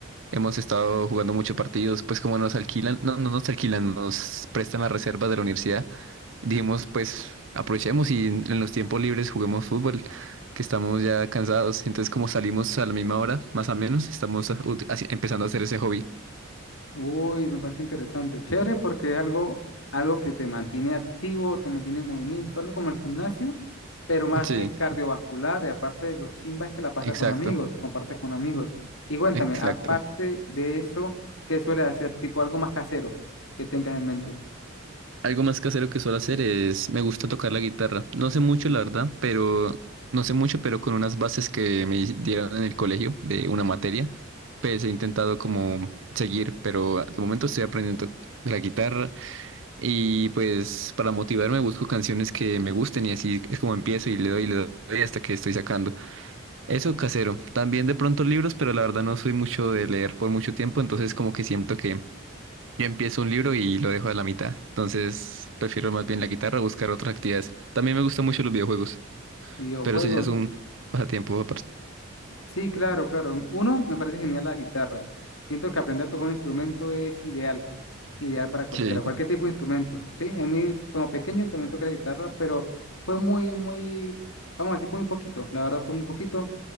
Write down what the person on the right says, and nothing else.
Hemos estado jugando muchos partidos, pues como nos alquilan, no, no nos alquilan, nos prestan las reservas de la universidad. Dijimos, pues aprovechemos y en en los tiempos libres juguemos fútbol, que estamos ya cansados. Entonces, como salimos a la misma hora, más o menos, estamos ut- haci- empezando a hacer ese hobby.
Sí,
exacto,
exacto.
Algo más casero que suelo hacer es, me gusta tocar la guitarra. No sé mucho, la verdad, pero no sé mucho, pero con unas bases que me dieron en el colegio de una materia, pues he intentado como seguir, pero de momento estoy aprendiendo la guitarra y pues para motivarme busco canciones que me gusten y así es como empiezo y le doy y le doy hasta que estoy sacando. Eso casero. También de pronto libros, pero la verdad no soy mucho de leer por mucho tiempo, entonces como que siento que yo empiezo un libro y lo dejo a la mitad. Entonces prefiero más bien la guitarra o buscar otras actividades. También me gustan mucho los videojuegos,
pero eso ya es un pasatiempo aparte.
Sí.